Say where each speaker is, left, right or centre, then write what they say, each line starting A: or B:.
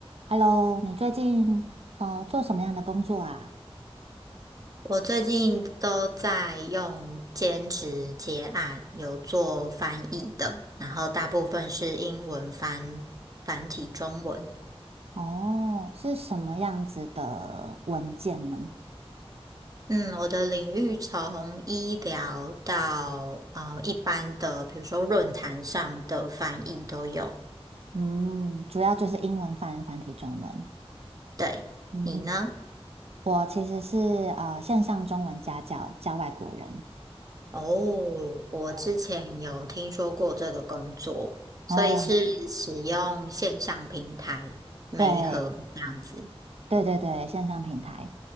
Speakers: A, on the right (about 70°); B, on the right (about 35°).
A: Hello，你最近呃做什么样的工作啊？
B: 我最近都在用兼职接案，有做翻译的，然后大部分是英文翻繁体中文。
A: 哦，是什么样子的文件呢？
B: 嗯，我的领域从医疗到呃一般的，比如说论坛上的翻译都有。
A: 嗯，主要就是英文翻繁体中文。
B: 对，
A: 嗯，
B: 你呢？
A: 我其实是呃线上中文家教，教外国人。
B: 哦，我之前有听说过这个工作，
A: 对，哦，
B: 所以是使用线上平台媒合这样子。
A: 对对对对，线上平台。